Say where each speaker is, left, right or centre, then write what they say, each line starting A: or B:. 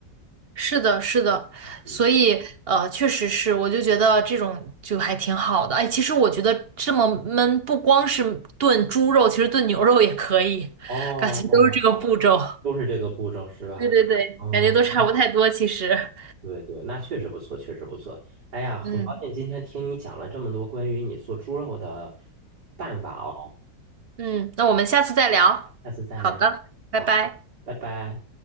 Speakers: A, on the right (about 45°); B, on the right (about 65°).
A: 是的，是的，
B: 嗯，
A: 所以呃，确实是，我就觉得这种就还挺好的。哎，其实我觉得这么焖，不光是炖猪肉，其实炖牛肉也可以，
B: 哦哦，
A: 感觉都是这个步骤。
B: 都是这个步骤是吧？
A: 对对对，
B: 嗯，
A: 感觉都差不太多，其实。
B: 对对，那确实不错，确实不错。哎呀，很高兴今天听你讲了这么多关于你做猪肉的
A: 嗯
B: 办法哦，
A: 嗯，那我们下次再聊。
B: 下次再聊。
A: 好的，拜拜。
B: 好，拜拜。